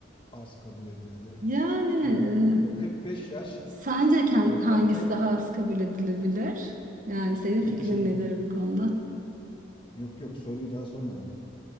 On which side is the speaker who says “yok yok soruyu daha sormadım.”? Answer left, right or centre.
Left